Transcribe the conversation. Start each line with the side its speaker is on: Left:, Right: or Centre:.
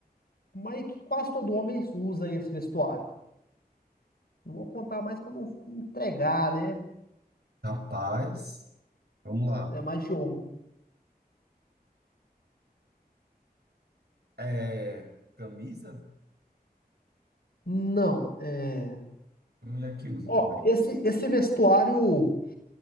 Left: mas que quase todo homem usa esse vestuário. Não vou contar mais pra não entregar, né?
Right: Rapaz, vamos lá.
Left: Ele é mais de homem.
Right: É camisa?
Left: Não, é...
Right: Mulher que usa
Left: Ó,
Right: também.
Left: esse, esse vestuário,